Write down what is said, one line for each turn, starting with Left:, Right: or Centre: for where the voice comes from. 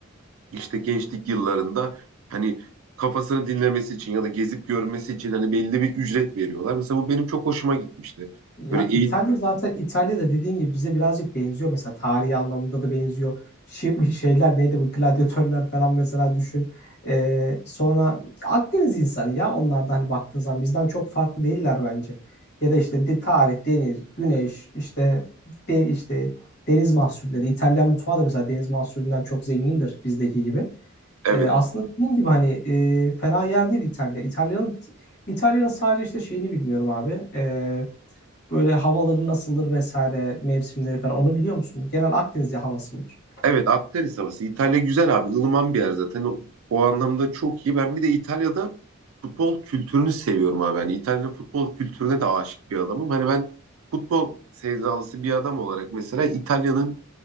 Right: işte gençlik yıllarında hani kafasını dinlemesi için ya da gezip görmesi için hani belli bir ücret veriyorlar. Mesela bu benim çok hoşuma gitmişti.
Left: Ya
Right: Böyle
Left: İtalya
Right: eğitim,
Left: zaten İtalya'da dediğin gibi bize birazcık benziyor. Mesela tarihi anlamında da benziyor. Şey, bu şeyler neydi bu gladyatörler falan mesela düşün. Ee, sonra Akdeniz insanı ya onlar da hani baktığın zaman bizden çok farklı değiller bence. Ya da işte de, tarih, deniz, güneş, işte de, işte deniz mahsulleri. İtalyan mutfağı da mesela deniz mahsullerinden çok zengindir bizdeki gibi.
Right: evet
Left: E, aslında dediğim gibi hani e, fena yer değil İtalya. İtalya'nın İtalya'nın sadece işte şeyini bilmiyorum abi. E, böyle havaları nasıldır vesaire mevsimleri falan onu biliyor musun? Genel Akdeniz havası mıdır?
Right: Evet Akdeniz havası. İtalya güzel abi. ılıman bir yer zaten. O, o anlamda çok iyi. Ben bir de İtalya'da futbol kültürünü seviyorum abi. Hani İtalya'nın futbol kültürüne de aşık bir adamım. Hani ben futbol sevdalısı bir adam olarak mesela İtalya'nın